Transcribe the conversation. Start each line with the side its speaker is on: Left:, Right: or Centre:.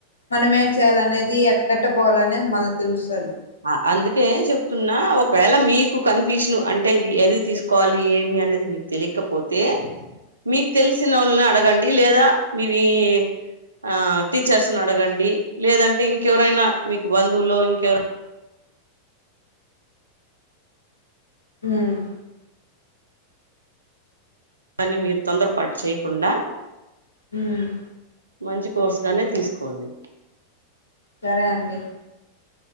Left: మనం ఏం చేయాలి అనేది ఎక్కట్ట పోవాలినేది మనకు తెలుస్తది
Right: అ అందుకే చెప్తున్నా ఒకవేళ మీకు కన్ఫ్యూషన్ అంటేది ఎది తీసుకోవాలి ఏమి అన్నది మీకు తెలియకపోతే మీకు తెలిసిన వాళ్ళని అడగండి లేదా మీది ఆ టీచర్స్ ని అడగండి లేదంటే ఇంకెవరైనా మీకు బంధువుల్లో ఇంకెవర
Left: హ్మ్
Right: అవని మీరు తొందరపాటు చేయకుండా
Left: హ్మ్
Right: మంచి కోర్సుగానే తీసుకోండి
Left: సరే అండి